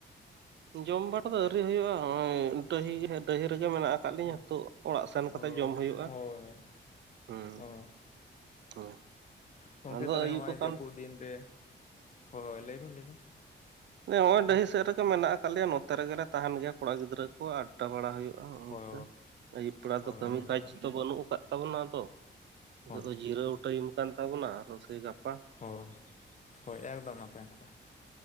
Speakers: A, on the right; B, on the left.
A: ᱡᱚᱢ ᱵᱟᱲᱟ ᱫᱚ ᱟᱹᱣᱨᱤ ᱦᱩᱭᱩᱜᱼᱟ ᱦᱚᱸᱜᱼᱚᱭ ᱰᱟᱹᱦᱤ ᱦᱮ ᱰᱟᱹᱦᱤ ᱨᱮᱜᱮ ᱢᱮᱱᱟᱜ ᱟᱠᱟᱫ
B: ᱚ
A: ᱞᱤᱧ ᱛᱳ ᱚᱲᱟᱜ ᱥᱮᱱ ᱠᱟᱛᱮᱜ
B: ᱚ
A: ᱡᱚᱢ ᱦᱩᱭᱩᱜᱼᱟ᱾
B: ᱦᱳᱭ᱾
A: ᱦᱩᱸ᱾
B: ᱦᱳᱭ
A: ᱦᱳᱭ᱾
B: ᱜᱚᱝᱠᱮ
A: ᱟᱫᱚ
B: ᱛᱟᱦᱞᱮ
A: ᱟᱹᱭᱩᱵ
B: ᱦᱚᱸᱜᱼᱚᱭ
A: ᱟᱠᱟᱱ
B: ᱡᱟᱹᱯᱩᱫ ᱫᱤᱱ ᱨᱮ, ᱦᱳᱦᱳᱭ ᱞᱟᱹᱭ ᱵᱤᱱ ᱞᱟᱹᱭ ᱵᱤᱱ᱾
A: ᱞᱟᱹᱭ ᱫᱟᱹᱧ ᱦᱚᱸᱜᱼᱚᱭ
B: ᱦᱳᱭ
A: ᱰᱟᱹᱦᱤ ᱥᱮᱫ ᱨᱮᱜᱮ ᱢᱮᱱᱟᱜ ᱟᱠᱟᱫ ᱞᱮᱭᱟ ᱱᱚᱛᱮ ᱨᱮᱜᱮᱞᱮ ᱛᱟᱦᱮᱱ ᱜᱮᱭᱟ ᱠᱚᱲᱟ ᱜᱤᱫᱽᱨᱟᱹ ᱠᱚ ᱟᱰᱰᱟ ᱵᱟᱲᱟ ᱦᱩᱭᱩᱜᱼᱟ
B: ᱦᱳᱭ
A: ᱚᱱᱠᱟ᱾ ᱟᱹᱭᱩᱵ ᱵᱮᱲᱟ
B: ᱦᱳᱭ
A: ᱫᱚ ᱠᱟᱹᱢᱤ ᱠᱟᱡᱽ ᱛᱚ ᱵᱟᱹᱱᱩᱜ ᱟᱠᱟᱫ ᱛᱟᱵᱚᱱᱟ ᱟᱫᱚ, ᱦᱤᱛᱚᱜ
B: ᱦᱳᱭ
A: ᱫᱚ ᱡᱤᱨᱟᱹᱣ ᱴᱟᱭᱤᱢ ᱠᱟᱱ ᱛᱟᱵᱚᱱᱟ ᱟᱨᱚ ᱥᱮᱭ ᱜᱟᱯᱟ᱾
B: ᱦᱳ, ᱦᱳᱭ ᱮᱠᱫᱚᱢ ᱱᱟᱯᱟᱭ ᱱᱟᱯᱟᱭ᱾